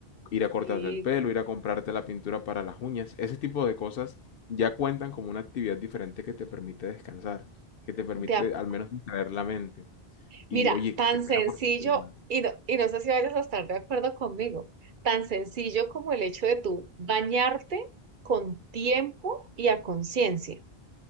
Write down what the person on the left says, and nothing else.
ir a cortarte
el pelo, ir a comprarte la pintura para las uñas, ese tipo de cosas ya cuentan como una actividad diferente que te permite descansar, que te permite
al menos distraer la mente. Y
oye,
qué pena
por tu prima.